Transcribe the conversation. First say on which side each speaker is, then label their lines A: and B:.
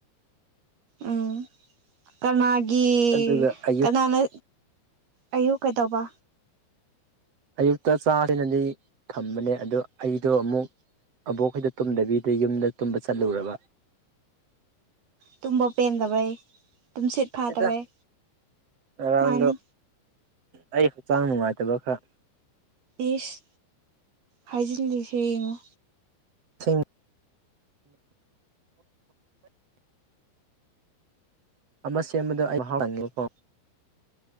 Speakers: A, on the right; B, on the right.
A: ꯎꯝ ꯀꯅꯥꯒꯤ
B: ꯑꯗꯨꯒ ꯑꯌꯨꯛ
A: ꯀꯅꯥꯅ ꯑꯌꯨꯛ ꯀꯩꯗꯧꯕ
B: ꯑꯌꯨꯛꯇ ꯆꯥꯗꯅꯗꯤ ꯊꯝꯕꯅꯦ ꯑꯗ ꯑꯩꯗꯣ ꯑꯃꯨꯛ ꯀꯕꯣꯛ ꯑꯩꯈꯣꯏꯗ ꯇꯨꯝꯗꯕꯤꯗ ꯌꯨꯝꯗ ꯇꯨꯝꯕ ꯆꯠꯂꯨꯔꯕ
A: ꯇꯨꯝꯕ ꯄꯦꯟꯗꯕꯩ ꯇꯨꯝꯁꯤꯠ ꯐꯥꯗꯕꯩ
B: ꯑꯗꯨꯗ ꯉꯔꯥꯡꯗꯣ
A: ꯃꯥꯅꯤ
B: ꯑꯩ ꯍꯛꯆꯥꯡ ꯅꯨꯡꯉꯥꯏꯇꯕ ꯈꯔ
A: ꯏꯁ ꯍꯥꯏꯖꯤꯟ ꯂꯩꯁ ꯌꯦꯡꯉꯣ
B: ꯁꯤ ꯑꯃ ꯁꯦꯝꯕꯗ ꯑꯩꯉꯦꯀꯣ